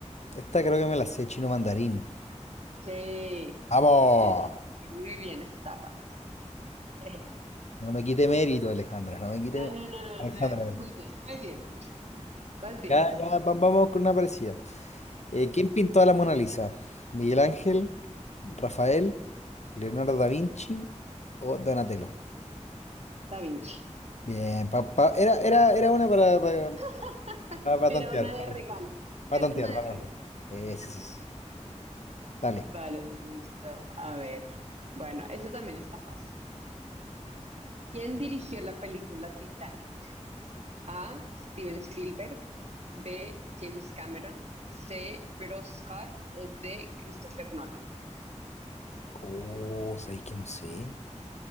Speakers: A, on the left; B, on the right.
A: Esta creo que me la sé chino mandarín.
B: Sí,
A: ¡Vamos!
B: sí, sí, sí, muy bien, eso está fácil. <laughs>
A: No me quite mérito, Alejandra, no me quite
B: No,
A: mérito.
B: no, no,
A: Alejandra,
B: no, no, muy bien, muy bien, muy bien. Vas bien,
A: ya,
B: vas
A: ya,
B: bien.
A: va- vamos con una parecida. Eh,
B: A ver,
A: ¿quién pintó a la Mona Lisa? ¿Miguel Ángel, Rafael, Leonardo da Vinci o Donatello?
B: Da Vinci.
A: Bien, pa- pa- era, era, era una para, para,
B: <laughs>
A: para- para
B: Era
A: tantear,
B: una de
A: para,
B: regalo,
A: para
B: era
A: tantear,
B: una de
A: para
B: regalo.
A: tantear. Eh, sí, sí, sí. Dale.
B: Vale, listo. A ver. Bueno, eso también está fácil. ¿Quién dirigió la película Titanic? A. Steven Spielberg. B. James Cameron. C. Ridley Scott. O D. Christopher Nolan.
A: Oh, sabéis que no sé.